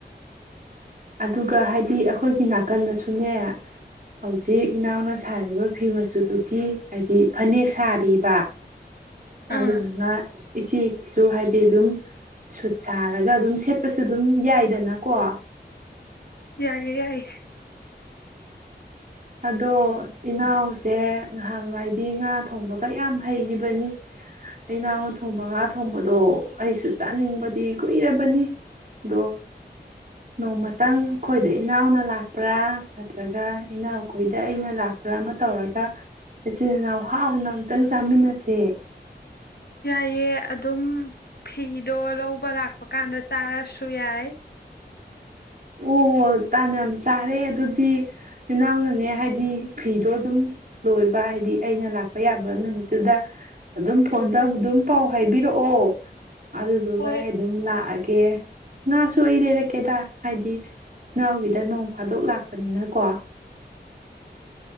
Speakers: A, on the right; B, on the left.
A: ꯑꯗꯨꯒ ꯍꯥꯏꯗꯤ ꯑꯩꯈꯣꯏꯒꯤ ꯅꯥꯀꯟꯗꯁꯨꯅꯦ ꯍꯧꯖꯤꯛ ꯏꯅꯥꯎꯅ ꯁꯥꯔꯤꯕ ꯐꯤ ꯃꯆꯨꯗꯨꯒꯤ ꯍꯥꯏꯗꯤ ꯐꯅꯦꯛ ꯁꯥꯔꯤꯕ
B: ꯑꯥ
A: ꯑꯗꯨꯅ ꯏꯆꯦꯒꯤꯁꯨ ꯍꯥꯏꯗꯤ ꯑꯗꯨꯝ ꯁꯨꯠ ꯁꯥꯔꯒ ꯑꯗꯨꯝ ꯁꯦꯠꯄꯁꯨ ꯑꯗꯨꯝ ꯌꯥꯏꯗꯅ ꯀꯣ
B: ꯌꯥꯏꯌꯦ ꯌꯥꯏꯌꯦ
A: ꯑꯗꯣ ꯏꯅꯥꯎꯁꯦ ꯅꯍꯥꯟꯋꯥꯏꯗꯤ ꯉꯥ ꯊꯣꯡꯕꯒ ꯌꯥꯝ ꯍꯩꯈꯤꯕꯅꯤ ꯏꯅꯥꯎꯅ ꯊꯣꯡꯕ ꯉꯥ ꯊꯣꯡꯕꯗꯣ ꯑꯩꯁꯨ ꯆꯥꯅꯤꯡꯕꯗꯤ ꯀꯨꯏꯔꯕꯅꯤ ꯑꯗꯣ ꯅꯣꯡꯃꯇꯪ ꯑꯩꯈꯣꯏꯗ ꯏꯅꯥꯎꯅ ꯂꯥꯛꯄ꯭ꯔꯥ ꯅꯠꯇ꯭ꯔꯒ ꯏꯅꯥꯎ ꯑꯩꯈꯣꯏꯗ ꯑꯩꯅ ꯂꯥꯛꯄ꯭ꯔ ꯑꯃ ꯇꯧꯔꯒ ꯏꯆꯤꯟꯜ ꯏꯅꯥꯎ ꯍꯥꯎꯅ ꯑꯃꯝꯇꯪ ꯆꯥꯃꯤꯟꯅꯁꯦ
B: ꯌꯥꯏꯑꯦ ꯑꯗꯨꯝ ꯐꯤꯗꯣ ꯂꯧꯕ ꯂꯥꯛꯄ ꯀꯥꯟꯗ ꯆꯥꯔꯁꯨ ꯌꯥꯏ
A: ꯑꯣ ꯇꯥꯅ ꯌꯥꯝ ꯆꯥꯔꯦ ꯑꯗꯨꯗꯤ ꯏꯅꯥꯎꯅꯅꯦ ꯍꯥꯏꯗꯤ ꯐꯤꯗꯣ ꯑꯗꯨꯝ ꯂꯣꯏꯕ ꯍꯥꯏꯗꯤ ꯑꯩꯅ ꯂꯥꯛꯄ ꯌꯥꯕ ꯅꯨꯃꯤꯠꯇꯨꯗ ꯑꯗꯨꯝ ꯐꯣꯟ ꯇꯧ ꯑꯗꯨꯝ ꯄꯥꯎ ꯍꯥꯏꯕꯤꯔꯛꯑꯣ ꯑꯗꯨꯗꯨꯒ
B: ꯍꯣꯏ
A: ꯑꯩ ꯑꯗꯨꯝ ꯂꯥꯛꯑꯒꯦ ꯑꯣꯀꯦ ꯉꯥꯁꯨ ꯑꯩ ꯂꯩꯔꯛꯀꯦꯗ ꯍꯥꯏꯗꯤ ꯅꯥꯎꯒꯤꯗ ꯅꯣꯡ ꯐꯥꯗꯣꯛ ꯂꯥꯛꯄꯅꯤꯅꯀꯣ